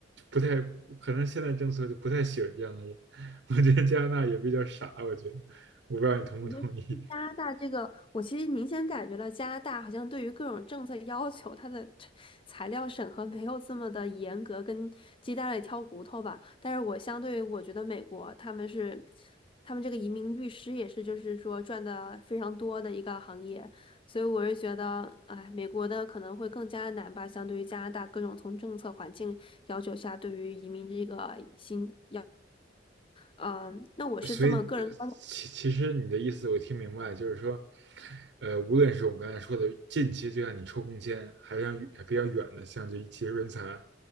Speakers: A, on the right; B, on the left.
A: 不太可能，现在政策就不太喜欢这样的人，<laughs> 我觉得加拿大也比较傻，我觉得。我不知道你同不同意。
B: 我觉得加拿大这个，我其实明显感觉到加拿大好像对于各种政策要求，它的这材料审核没有这么的严格，跟鸡蛋里挑骨头吧。但是我相对于我觉得美国他们是，他们这个移民律师也是，就是说赚的非常多的一个行业，所以我是觉得，哎，美国的可能会更加难吧，相对于加拿大各种从政策环境要求下，对于移民这个新。要。嗯，那我是这么个人观
A: 所以，呃其其实你的意思我听明白，就是说，呃，无论是我们刚才说的近期，就像你抽空间，还是像还比较远的，像这技术人才，